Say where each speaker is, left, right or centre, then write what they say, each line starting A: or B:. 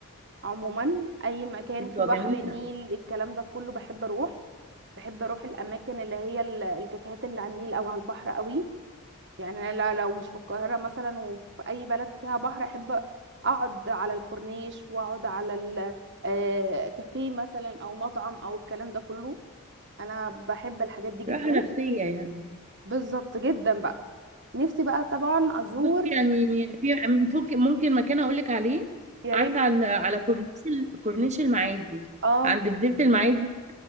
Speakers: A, on the right; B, on the right.
A: عموما أي مكان
B: بتبقى
A: فيه بحر
B: جميله
A: النيل الكلام ده كله بحب أروح بحب أروح الأماكن اللي هي ال- الكافيهات اللي على النيل أو على البحر قوي يعني انا لا- لو مش في القاهره مثلا وفي اي بلد فيها بحر احب اقعد على الكورنيش واقعد على ال- آه، كافيه مثلا او مطعم او الكلام ده كله انا بحب الحاجات دي جدا
B: راحه نفسيه يعني
A: بالظبط جدا بقى نفسي بقى طبعا ازور
B: بصي يعني في ممكن ممكن مكان اقول لك عليه
A: يا
B: عارفه
A: ريت
B: على على كورنيش ال- كورنيش المعادي
A: اه
B: عند جزيره المعادي